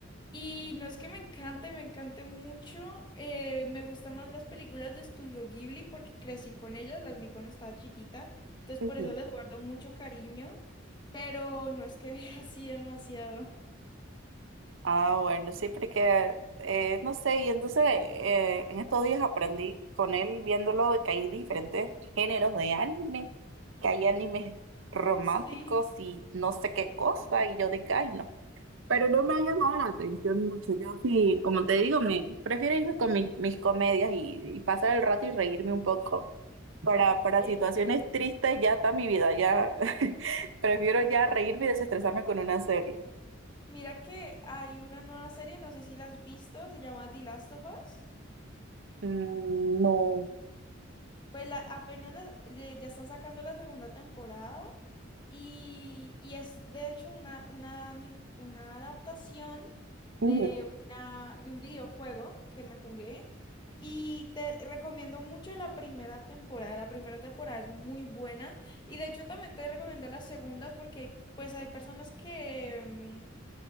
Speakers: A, on the left (about 25°); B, on the right (about 75°).
A: Y no es que me encante, me encante mucho. eh, me gustan más las películas de Estudio Ghibli porque crecí con ellas, las vi cuando estaba chiquita. Entonces
B: Ujú.
A: por eso les guardo mucho cariño, pero no es que <laughs> vea así demasiado.
B: Ah, bueno, sí, porque, eh, no sé, y entonces eh, en estos días aprendí con él viéndolo de que hay diferentes géneros de anime, que hay animes románticos
A: Sí,
B: y no sé qué cosa, y yo dije, ay, no. pero no me ha llamado la atención mucho. Yo sí, como te digo, me prefiero irme con mis, mis comedias y, y pasar el rato y reírme un poco. Para, para
A: entiendo.
B: situaciones tristes ya está mi vida, ya <laughs> prefiero ya reírme y desestresarme con una serie.
A: Mira que hay una nueva serie, no sé si la has visto, se llama The Last of Us.
B: Mm, no.
A: Pues la- apenas la- le- ya están sacando la segunda temporada y, y es de hecho una, una, ani- una adaptación de,
B: Ujú.
A: una, de un videojuego que me jugué y te recomiendo mucho la primera temporada. La primera temporada es muy buena y de hecho también te recomiendo la segunda porque hay- pues hay personas que... mm,